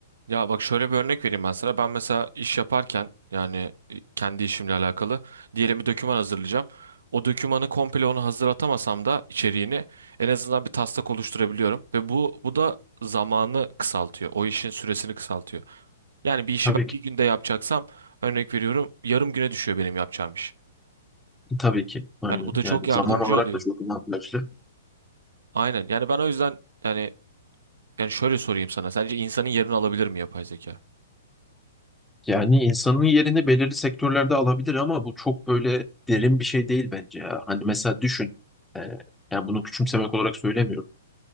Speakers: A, on the right; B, in the centre.
A: ya bak şöyle bir örnek vereyim ben sana. Ben mesela iş yaparken yani e, kendi işimle alakalı diyelim bir doküman hazırlayacağım. O dokümanı komple onu hazırlatamasam da içeriğini en azından bir taslak oluşturabiliyorum ve bu bu da zamanı kısaltıyor. O işin süresini kısaltıyor. Yani bir işi
B: Tabii
A: ben
B: ki,
A: bir günde yapacaksam örnek veriyorum yarım güne düşüyor benim yapacağım iş.
B: tabii ki. Aynen.
A: Yani bu da çok
B: Yani
A: yardımcı
B: zaman olarak
A: oluyor.
B: da çok avantajlı.
A: Aynen. Yani ben o yüzden yani yani şöyle sorayım sana. Sence insanın yerini alabilir mi yapay zeka?
B: Yani insanın yerini belirli sektörlerde alabilir ama bu çok böyle derin bir şey değil bence ya. Hani mesela düşün. e, yani bunu küçümsemek olarak söylemiyorum.